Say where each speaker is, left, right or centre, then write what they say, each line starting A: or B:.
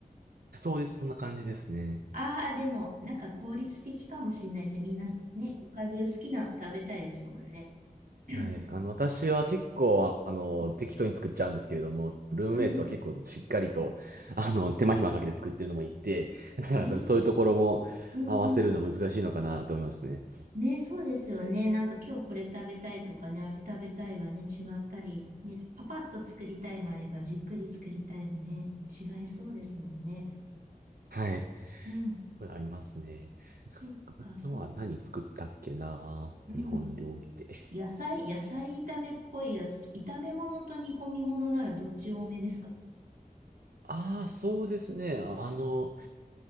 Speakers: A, on the right (about 80°); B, on the right (about 65°).
A: そうです。そんな感じですね。
B: あー、でも、なんか効率的かもしれないですね。みんなね、おかず好きなの食べたいですもんね。<clears throat>
A: はい。あの、私は結構、あの、適当に作っちゃうんですけれども、ルームメイトは結構しっかりと、
B: うん。
A: <laughs> あの、手間暇かけて作ってるのもいて、だから多分そういうところも合わせるのは難しいのかなと思いますね。
B: ええー、すうんうん。ね、そうですよね。なんか今日これ食べたいとかね、あれ食べたいがね、違ったり、ね、パパッと作りたいもあれば、じっくり作りたいもね、違いそうですもんね。
A: はい。
B: うん。
A: これありますね。
B: そうか、
A: あとは何作ったっけな日本料理で。
B: そうか。うん。野菜、野菜炒めっぽいやつと、炒め物と煮込み物ならどっち多めですか
A: ああ、そうですね。あの、